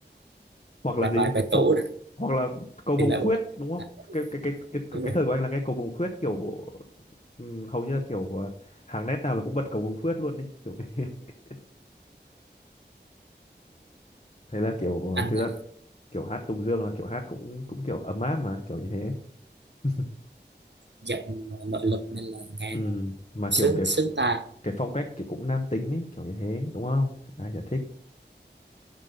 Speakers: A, on the left (about 40°); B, on the right (about 75°).
A: hoặc là
B: là
A: gì
B: bài bài tủ
A: Ho hoặc là cầu vồng
B: Thì là
A: khuyết đúng không
B: à,
A: cái cái cái cái
B: đúng
A: cái, cái
B: rồi
A: thời của anh là nghe cầu vồng khuyết kiểu ừ, hầu như là kiểu ờ, hàng nét nào là cũng bật cầu vồng khuyết luôn đấy kiểu thế <laughs> Thế là kiểu
B: anh
A: ờ, thực
B: đã
A: ra kiểu hát Tùng Dương là kiểu hát cũng cũng kiểu ấm áp mà kiểu như thế <laughs>
B: giọng nội lực nên là nghe
A: ừ
B: nó
A: mà
B: sướng
A: kiểu cái
B: sướng
A: ph-
B: tai
A: cái phong cách kiểu cũng nam tính ấy kiểu như thế đúng không ai chả thích